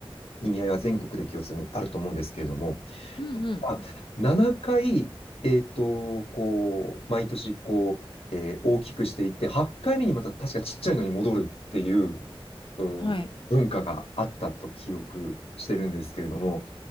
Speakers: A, on the left; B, on the left.
A: 意味合いは全国で共通にあると思うんですけれども、
B: うんうん。
A: あ、7回、えっと、こう、毎年、こう、えー大きくしていって、8回目にまた確かちっちゃいのに戻るっていう、うん文化があったと記憶してるんですけれども、
B: はい。